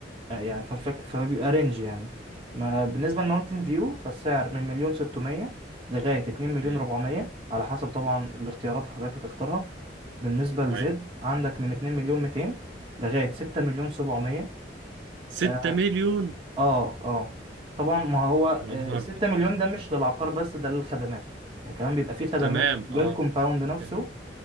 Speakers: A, on the right; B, on the right.
A: آه، يعني فف- فبيبقى رينج يعني ما بالنسبة لماونتن فيو فالسعر من مليون ستمية لغاية اتنين مليون
B: مم.
A: ربعمية على حسب طبعا الاختيارات اللي حضرتك هتختارها بالنسبة لزد
B: ايوه
A: عندك من اتنين مليون ميتين لغاية ستة مليون سبعمية
B: 6
A: اه
B: مليون
A: اه آه. طبعا ما هو
B: يا
A: آه،
B: نهار
A: ستة
B: آه.
A: مليون ده مش للعقار بس ده للخدمات يعني كمان بيبقى فيه خدمات
B: تمام
A: للكومباوند
B: اه
A: نفسه
B: ت-